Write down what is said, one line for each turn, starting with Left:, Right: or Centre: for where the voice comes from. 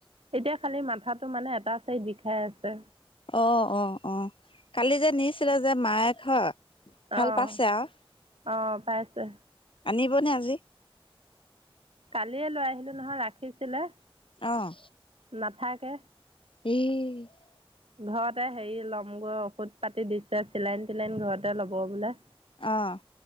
Right: এতিয়া খালি মাথাটো মানে এটা চাইড বিখাই আছে।
Left: অ অ, অ কালি যে নিছিলে যে মায়ে খ ভাল
Right: অ',
Left: পাইছে আৱ
Right: অ', পাইছে।
Left: আনিবনে আজি।
Right: কালিয়ে লৈ আহিলো নহয় ৰাখিছিলে।
Left: অহ
Right: নাথাকে।
Left: এহ
Right: ঘৰতে হেৰি ল'মগৈ ঔষধ পাতি দিছে চিলাইন-তিলাইন ঘৰতে ল'ব বোলে।
Left: অহ